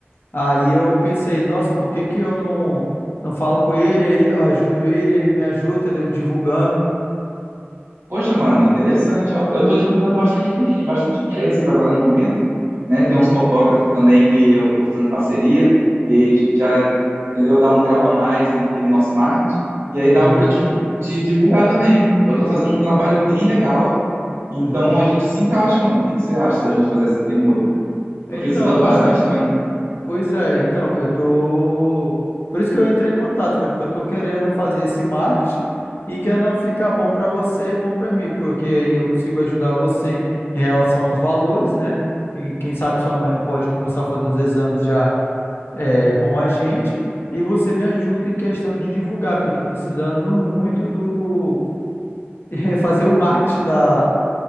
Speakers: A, on the left; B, on the right.
A: Aí eu pensei, nossa, por que que eu não, não falo com ele, ele- eu ajudo ele, ele me ajuda, entendeu? Divulgando.
B: Poxa, mano, interessante, ó. Eu tô divulgando bastante, bastante empresas agora no momento, né?
A: Uhum,
B: Tem uns fotógrafos também que eu tô fazendo parceria, e aí já, entendeu? Dá um grau a mais naquele nosso marketing, e aí dava
A: uhum,
B: pra eu te, te divulgar também. Eu tô fazendo um trabalho bem legal Então
A: uhum.
B: a gente se encaixa, mano. O que que você acha da gente fazer essa permuta?
A: Então,
B: Tô precisando
A: cara,
B: bastante também.
A: pois é, então, eu tô. Por isso que eu entrei em contato, entendeu? Porque eu tô querendo fazer esse marketing e que não ficar bom pra você e bom pra mim, porque aí eu consigo ajudar você em relação aos valores, né? E quem sabe sua mãe não pode começar a fazer os exames já é, com a gente e você me ajuda em questão de divulgar, porque eu estou precisando muito do <laughs> fazer o marketing da